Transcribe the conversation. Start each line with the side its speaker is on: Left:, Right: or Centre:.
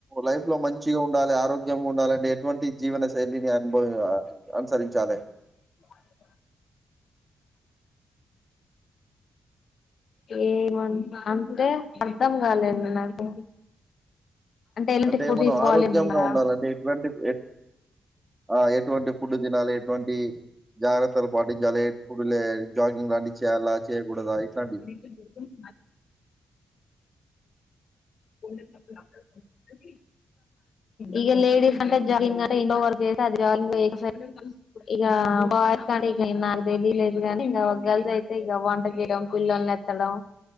Right: లైఫ్ లో మంచిగా ఉండాలి ఆరోగ్యంగా ఉండాలంటే ఎటువంటి జీవన శైలిని అనుభవ అనుసరించాలి
Left: అ ఏమ అంటే అర్ధం కాలేదు నాకు ఎలాంటి
Right: అంటే
Left: ఫుడ్
Right: మనం
Left: తీసుకోవాలి
Right: ఆరోగ్యంగా
Left: అంటున్నారా
Right: ఉండాలంటే ఎటువంటి ఎట్ ఆ ఎటువంటి ఫుడ్ తినాలి ఎటువంటి జాగ్రత్తలు పాటించాలి ఫుడ్ లే జాగింగ్ లాంటివి చేయాలా చేయకూడదా ఇట్లాంటివి
Left: గురి వె అల్ పోప్పు ఇగ లేడీస్ అంటే జగింగ్ అంటే ఇంట్లో వర్క్ చేతే అది జగింగ్ ఎక్సర్సైజ్ ఇగ ఆ బాయ్స్ అంటే ఇగ నాకు తెలిలేదు కానీ ఇగ గర్ల్స్ అయితే ఇగ వంట చేయడం పిల్లల్ని ఎత్తడం